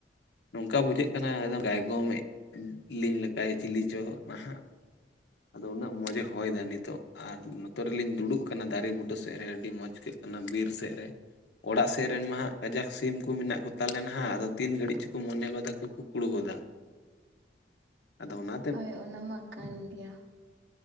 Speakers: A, on the left; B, on the right.
A: ᱱᱚᱝᱠᱟ ᱵᱩᱡᱷᱟᱹᱜ ᱠᱟᱱᱟ ᱮᱠᱫᱚᱢ ᱜᱟᱭᱜᱚᱢ ᱮ ᱞᱤᱧ ᱞᱮᱠᱟᱭ ᱪᱤᱞᱤ ᱦᱚᱪᱚ ᱱᱟᱦᱟᱜ ᱟᱫᱚ ᱩᱱᱟᱹᱜ ᱢᱚᱸᱡᱽᱮ ᱦᱚᱭ ᱫᱟ ᱱᱤᱛᱚᱜ ᱟᱨ ᱱᱚᱛᱮ ᱨᱮᱞᱤᱧ ᱫᱩᱲᱩᱵ ᱠᱟᱱᱟ ᱫᱟᱨᱮ ᱵᱩᱴᱟᱹ ᱥᱮᱫ ᱨᱮ ᱟᱹᱰᱤ ᱢᱚᱡᱽ ᱠᱟᱱᱟ ᱵᱤᱨ ᱥᱮᱫ ᱨᱮ ᱚᱲᱟᱜ ᱥᱮᱫ ᱨᱮᱱ ᱢᱟ ᱦᱟᱜ ᱠᱟᱡᱟᱠ ᱥᱤᱢ ᱠᱚ ᱢᱮᱱᱟᱜ ᱠᱚᱛᱟᱞᱮ ᱱᱟᱦᱟᱜ ᱟᱫᱚ ᱛᱤᱱ ᱜᱷᱟᱹᱲᱤᱡ ᱪᱚᱠᱚ ᱢᱚᱱᱮ ᱜᱚᱫᱟ ᱠᱚ ᱠᱩᱠᱩᱲ ᱜᱚᱫᱟ ᱟᱫᱚ ᱚᱱᱟ
B: ᱦᱳᱭ ᱚᱱᱟ ᱢᱟ ᱠᱟᱱ ᱜᱮᱭᱟ